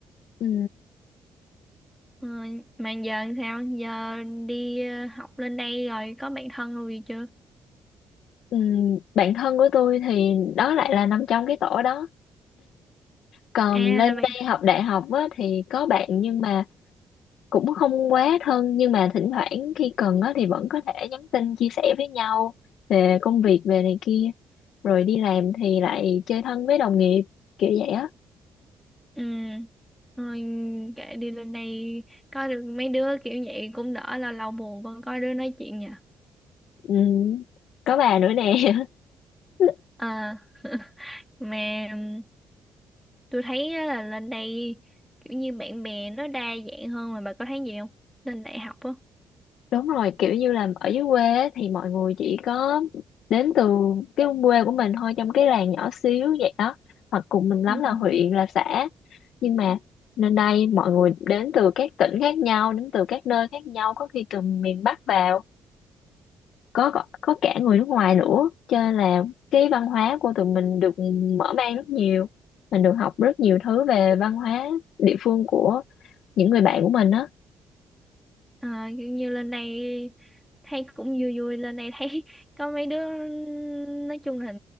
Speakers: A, on the left; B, in the centre.
A: ừ.
B: Ờ, mà giờ làm sao? Giờ đi ờ, học lên đây rồi có bạn thân rồi gì chưa?
A: Ừ. bạn thân của tôi thì đó lại là nằm trong cái tổ đó còn
B: À
A: lên
B: là bạn
A: đây học đại học á, thì có bạn nhưng mà cũng không quá thân nhưng mà thỉnh thoảng khi cần á, thì vẫn có thể nhắn tin chia sẻ với nhau về công việc về này kia rồi đi làm thì lại chơi thân với đồng nghiệp kiểu vậy á
B: ừ, rồi kệ đi lên đây có được mấy đứa kiểu vậy cũng đỡ là lâu buồn còn có đứa nói chuyện nhỉ.
A: ừ. có bà nữa nè <laughs>
B: À, <laughs> mà ừm, tôi thấy á, là lên đây kiểu như bạn bè nó đa dạng hơn mà bà có thấy gì không? Lên đại học á.
A: Đúng rồi, kiểu như là ở dưới quê á, thì mọi người chỉ có đến từ cái quê của mình thôi trong cái làng nhỏ xíu vậy đó, hoặc cùng mình lắm
B: Ừ.
A: là huyện là xã. Nhưng mà nên đây mọi người đến từ các tỉnh khác nhau, đến từ các nơi khác nhau, có khi từ miền Bắc vào, có có có cả người nước ngoài nữa, cho nên là cái văn hóa của tụi mình được mở mang rất nhiều. Mình được học rất nhiều thứ về văn hóa địa phương của những người bạn của mình á.
B: À, kiểu như lên đây thấy cũng vui vui lên đây thấy <laughs> có mấy đứa nói chung là